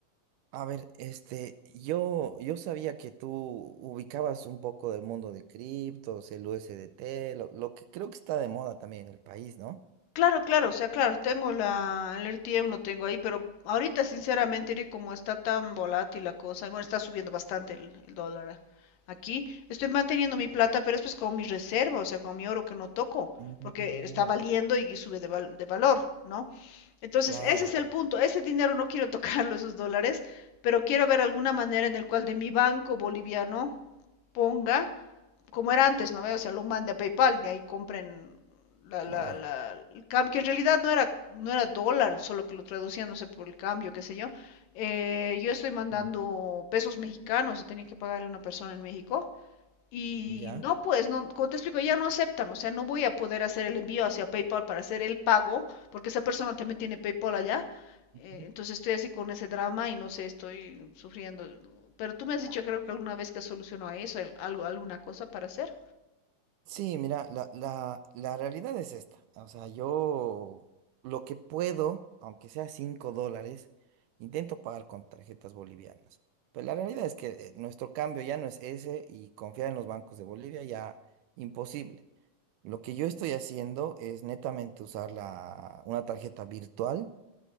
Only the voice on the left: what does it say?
Claro, claro, o sea, claro, tengo la, el RTM, lo tengo ahí, pero ahorita sinceramente, Eri, como está tan volátil la cosa, y bueno, está subiendo bastante el, el dólar a- aquí, estoy manteniendo mi plata, pero es pues con mi reserva, o sea, con mi oro que no toco,
porque está valiendo
y sube de, val- de valor, ¿no? Entonces,
ese es el punto, ese dinero no quiero <laughs> tocarlo, esos dólares, pero quiero ver alguna manera en el cual de mi banco boliviano ponga como era antes, ¿no ve? O sea, lo mande a PayPal, de ahí compren la,
la, la, el cambio, que en realidad no era, no era dólar, solo que lo traducían, no sé, por el cambio, qué sé yo. Eh, yo estoy mandando
pesos mexicanos, tenía que pagarle a una persona en México y
no, pues, no, como te explico, ya no aceptan, o sea, no voy a poder hacer el envío hacia PayPal para hacer el pago, porque esa persona también tiene PayPal allá. Eh,
entonces estoy así con ese drama y no sé, estoy sufriendo. Pero tú me has dicho, creo que alguna vez que solucionó eso, el- algo, alguna cosa para hacer.